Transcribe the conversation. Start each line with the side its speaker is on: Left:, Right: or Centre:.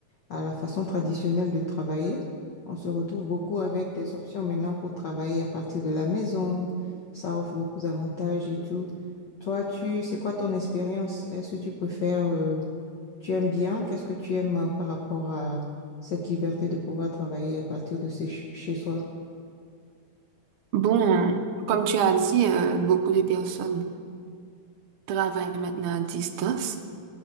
Left: à la façon traditionnelle de travailler. On se retrouve beaucoup avec des options maintenant pour travailler à partir de la maison. Ça offre beaucoup d'avantages et tout. Toi, tu, c'est quoi ton expérience? Est-ce que tu préfères tu aimes bien? Qu'est-ce que tu aimes euh, par rapport à cette liberté de pouvoir travailler à partir de chez, chez soi?
Right: Bon, comme tu as dit, euh, beaucoup de personnes travaillent maintenant à distance